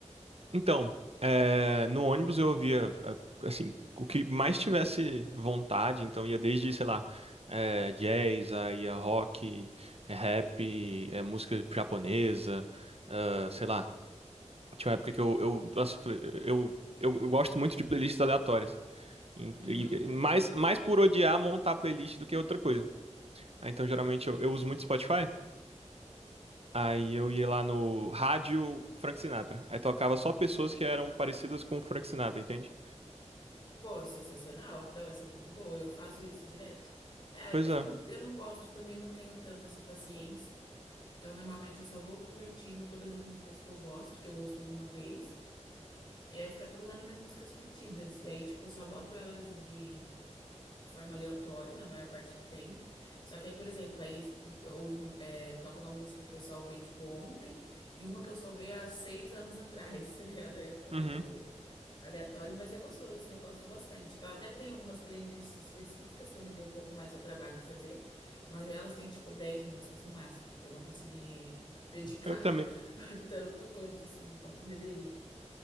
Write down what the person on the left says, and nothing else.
Uhum.
Pô, sensacional. Não, essa é muito boa. Eu faço isso direto. É,
eu
não, eu não gosto, também não tenho tanto essa paciência. Então, normalmente, eu só vou curtindo todas as músicas que eu gosto, que eu ouço alguma vez. E aí fica tudo lá nas minhas músicas curtidas. E aí, tipo, eu só boto elas de forma aleatória na maior parte do tempo. Só que aí, por exemplo, aí houve um- é, toca uma música que eu salvei, tipo, ontem e uma que eu salvei há seis anos atrás, <laughs> tá ligado? Aí fica meio
aleatório, mas é gostoso, assim, eu gosto bastante. Eu até tenho algumas playlists específicas que eu me dei um pouco mais ao trabalho de fazer, mas elas têm, tipo, 10 músicas no máximo, porque eu não consegui dedicar
<laughs> tanto quanto, assim, quanto deveria.